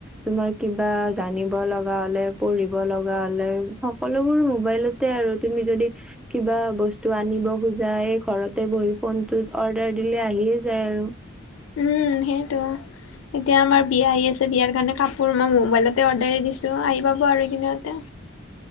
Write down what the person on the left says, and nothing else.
উম সেইটো। এতিয়া আমাৰ বিয়া আহি আছে বিয়াৰ কাৰণে কাপোৰ মই মোবাইলতে অৰ্ডাৰে দিছো আহি পাব আৰু এইকেইদিনতে।